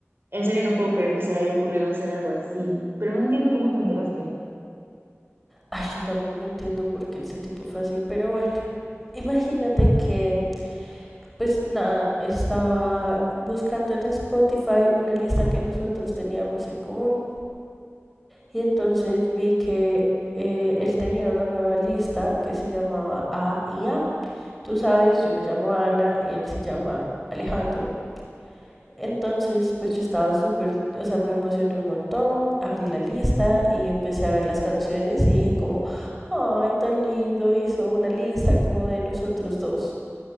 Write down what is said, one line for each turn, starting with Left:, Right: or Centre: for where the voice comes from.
Right: En serio, no puedo creer que se le haya ocurrido hacer algo así. Pero no entiendo cómo te enteraste.
Centre: Ay, yo tampoco entiendo por qué ese tipo fue así, pero bueno, imagínate que, pues nada, estaba buscando en Spotify una lista que nosotros teníamos en común Y entonces vi que eh, él tenía una nueva lista que se llamaba A y A. Tú sabes, yo me llamo Ana y él se llama Alejandro. Entonces, pues yo estaba súper, o sea, me emocioné un montón, abrí la lista y empecé a ver las canciones y dije como, ay, tan lindo, hizo una lista como de nosotros dos.